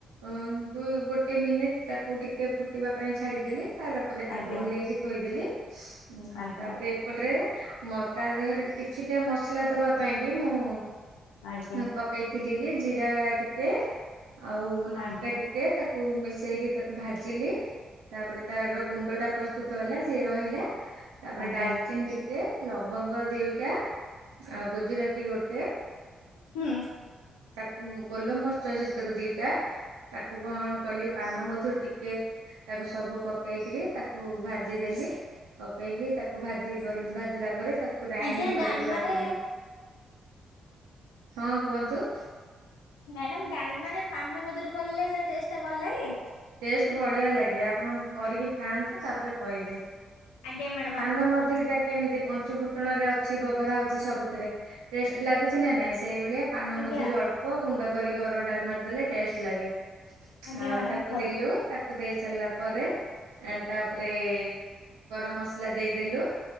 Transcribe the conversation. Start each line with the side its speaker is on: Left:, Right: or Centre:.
Right: ଅ ଦୁ ଗୋଟେ ମିନିଟ୍ ତାକୁ ଟିକେ ଫୁଟିବା ପାଇଁ ଛାଡ଼ିଦେଲେ। ତା'ପରେ ତାକୁ,
Left: ଆଜ୍ଞା
Right: ଓହ୍ଲେଇକି ଥୋଇଦେଲି। ଉଁ
Left: ଆଜ୍ଞା
Right: ତା'ପରେ ଏପଟରେ ମ ତା, ଦେହରେ କିଛିଟା ମସଲା ଦବା ପାଇଁ କି ମୁଁ
Left: ଆଜ୍ଞା
Right: ହଁ, ପକେଇଥିଲି କି ଜିରା ଟିକେ ଆଉ ଲଙ୍କା
Left: ଆଜ୍ଞା
Right: ଟିକେ, ତାକୁ ମିଶେଇକି ତାକୁ ଭାଜିଲି। ତା'ପରେ ତାର ଗୁଣ୍ଡ ଟା ପ୍ରସ୍ତୁତ ହେଲା। ସିଏ ରହିଲା। ତା'ପରେ
Left: ଆଜ୍ଞା।
Right: ଡାଲଚିନି ଟିକେ, ଲବଙ୍ଗ ଦିଟା, ଆଉ ଗୁଜୁରା ତି ଗୋଟେ,
Left: ହୁଁ
Right: ତାକୁ ଗୋଲମରି ଚ ସେଥିରୁ ଦିଟା। ତାକୁ କଣ କଲି? ପାନ ମଧୁରୀ ଟିକେ ତାକୁ ସବୁ ପକେଇକିରି, ତାକୁ ଭାଜିଦେଲି। ପକେଇକି, ତାକୁ ଭାଜିପ ଭାଜିଲା ପରେ ତାକୁ ଗ୍ରାଇଣ୍ଡିଙ୍ଗ୍
Left: ଆଜ୍ଞା
Right: କରିକି
Left: ଡାଲମାରେ
Right: ରଖିଲି। ହଁ, କୁହନ୍ତୁ।
Left: ମ୍ୟାଡାମ୍ ଡାଲମାରେ ପାନ ମଧୁରୀ ପଡ଼ିଲେ ତା ଟେଷ୍ଟ ଟା ଭଲ ଲାଗେ!
Right: ଟେଷ୍ଟ ବଢିଆ ଲାଗେ। ଆପଣ କରିକି ଖାଆନ୍ତୁ ତା'ପରେ କହିବେ।
Left: ଆଜ୍ଞା ମ୍ୟାଡାମ
Right: ପାନମଧୁରୀ
Left: ଆପଣ କୁହନ୍ତୁ।
Right: ଟା କେମିତି? ପଞ୍ଚୁ ଫୁଟଣ ରେ ଅଛ୍ ସିଏ ବଘରା ହଉଛି, ସବୁଥିରେ ଟେଷ୍ଟ ଲାଗୁଛି ନା ନାଇଁ। ସେଇଭଳିଆ ପାନମଧୁରି
Left: ଆଜ୍ଞା
Right: ଅଳ୍ପ ପ ଗୁଣ୍ଡ କରିକି ଅରୁଆ ଡାଲମାରେ ଦେଲେ ଟେଷ୍ଟ ଲାଗେ।
Left: ଆଜ୍ଞା
Right: ଆଉ
Left: ମ୍ୟାଡ଼ାମ୍।
Right: ତାକୁ ଦେଲୁ, ତାକୁ ଦେଇ ସାରିଲା ପରେ ଆନ୍ ତା'ପରେ ଗରମ ମସଲା ଦେଇଦେଲୁ।